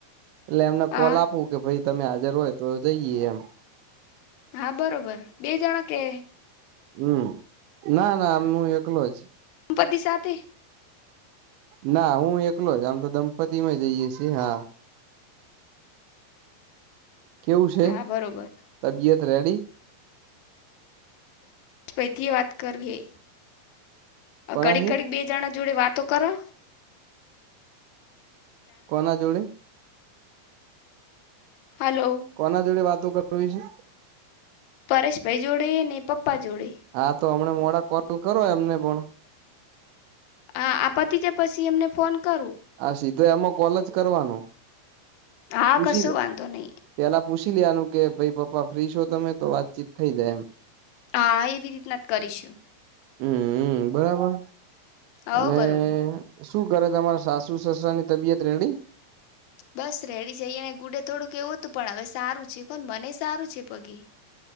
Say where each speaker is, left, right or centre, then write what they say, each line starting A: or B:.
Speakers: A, on the right; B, on the left.
A: એટલે એમને
B: હા
A: કોલ આપું કે ભાઈ તમે હાજર હોય તો જઈએ એમ
B: હા બરોબર બે જણા કે
A: હમમ ના ના મુ એકલો જ
B: દપત્તિ સાથે
A: ના હું એકલો જ આમ તો દંપતિમાં જઈએ છીએ હા. <inaudible> કેવું છે
B: હા બરોબર
A: તબિયત રેડી.
B: પૈથી વાત કરવી હે
A: કોનાથી
B: કડીક કડીક બે જણ જ જોડે વાતો કરે
A: કોના જોડે?
B: હલો
A: કોના જોડે વાતો કરવી છે?
B: પરેશભાઈ જોડે ને, પપ્પા જોડે.
A: હા હમને મોડા તો કરો એમને ફોન
B: હા આ પતી જાય પછી એમને ફોન કરું.
A: હા સીધો એમાં કોલ જ કરવાનો.
B: હા
A: પૂછી
B: કશું વાંધો નય.
A: પેલા પૂછી લેવા નું કે ભઈ પપ્પા ફ્રી છો તમે તો વાતચીત થઈ જાય એમ
B: હા એવી રીતના જ કરીશું.
A: હમમ અ બરાબર
B: હવ
A: અને
B: બરોબર
A: શું કરે તમારા સાસુ સસરા ની તબિયત રેડી.
B: બસ રેડી છે. અયા ગુડે થોડું કેવું હતું પણ હવે સારું છે કોને મને સારું છે પગે